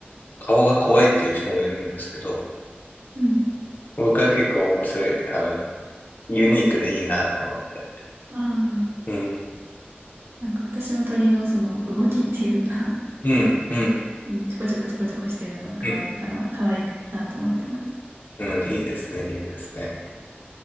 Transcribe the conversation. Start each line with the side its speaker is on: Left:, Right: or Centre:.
Left: 顔が怖いっていう人もいるんですけど、
Right: うん。
Left: 僕は結構面白い、あの、ユニークでいいなと思って。
Right: ああ、
Left: うん、
Right: なんか私も鳥のその動きっていうか
Left: うん、うん、
Right: うん <laughs> ちょこちょこちょこちょこしてるのが可愛いかな、
Left: うん、
Right: 可愛くなと思ってます。
Left: うん、いいですね、いいですね。